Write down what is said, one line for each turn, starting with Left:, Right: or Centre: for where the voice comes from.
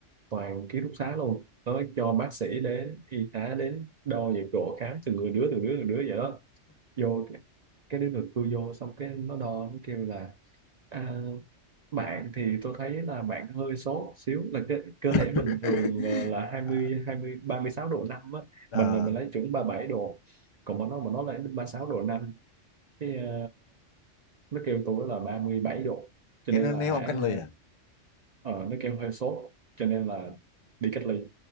Right: toàn ký túc xá luôn nó cho bác sĩ đến y tá đến đo nhiệt độ khám từng người đứa từng đứa từng đứa vậy đó vô cái, cái đứa được tôi vô xong cái nó đo nó kêu là à, bạn thì tôi thấy là bạn hơi sốt xíu là cơ, cơ
Left: <laughs>
Right: thể bình thường là, là hai mươi
Left: À,
Right: hai mươi ba mươi sáu độ 5 á
Left: ờ,
Right: mình là mình lấy chuẩn ba mươi bảy độ còn mà nó mà nó lấy 36 độ 5, cái ờ, nó kêu tôi là ba mươi bảy độ cho
Left: cái
Right: nên
Left: nó
Right: là
Left: ném
Right: hả
Left: ông cách ly à
Right: ờ nó kêu hơi sốt cho nên là đi cách ly